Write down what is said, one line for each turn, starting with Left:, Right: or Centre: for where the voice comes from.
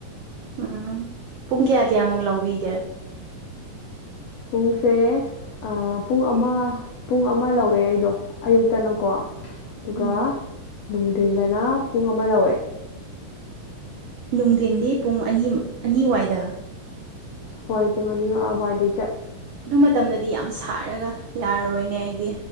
Right: ꯎꯝ ꯄꯨꯡ ꯀꯌꯥ ꯀꯌꯥꯃꯨꯛ ꯂꯧꯕꯤꯒꯦ
Left: ꯄꯨꯡꯁꯦ ꯄꯨꯡ ꯑꯃ ꯄꯨꯡ ꯑꯃ ꯂꯧꯋꯦ ꯑꯩꯗꯣ ꯑꯌꯨꯛꯇꯅꯀꯣ ꯑꯗꯨꯒ
Right: ꯎꯝ
Left: ꯅꯨꯡꯙꯤꯟꯗꯅ ꯄꯨꯡ ꯑꯃ ꯂꯧꯋꯦ
Right: ꯅꯨꯡꯊꯤꯟꯗꯤ ꯄꯨꯡ ꯑꯅꯤ ꯑꯅꯤꯋꯥꯏꯗ
Left: ꯍꯣꯏ ꯄꯨꯡꯉꯅꯤ ꯑꯋꯥꯏꯗ
Right: ꯑꯗꯨ ꯃꯇꯝꯗꯗꯤ ꯌꯥꯝ ꯁꯥꯔꯒ ꯌꯥꯔꯔꯣꯏꯅꯦ ꯑꯩꯗꯤ